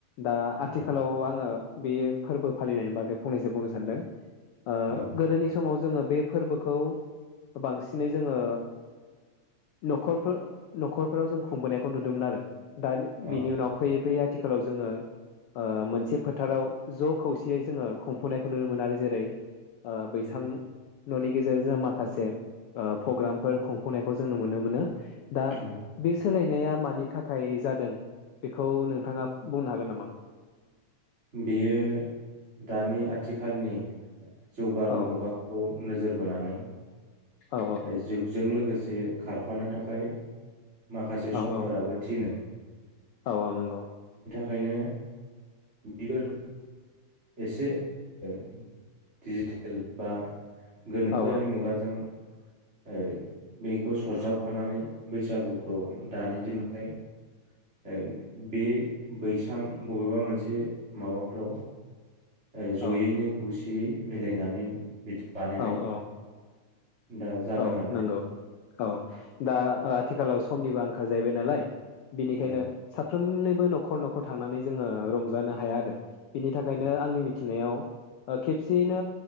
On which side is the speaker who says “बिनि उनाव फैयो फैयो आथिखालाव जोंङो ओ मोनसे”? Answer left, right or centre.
Left